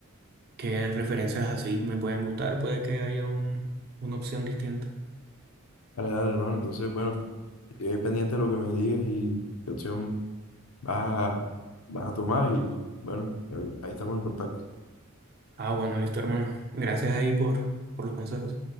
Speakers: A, on the right; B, on the left.
A: qué referencias así me pueden gustar. Puede que haya un, una opción distinta.
B: Dale, dale, hermano. Entonces, bueno, estoy ahí pendiente de lo que me digas y qué opción vas a, vas a tomar. Y bueno, ahí ahí estamos en contacto.
A: Ah, bueno, listo, hermano. Gracias ahí por, por los consejos.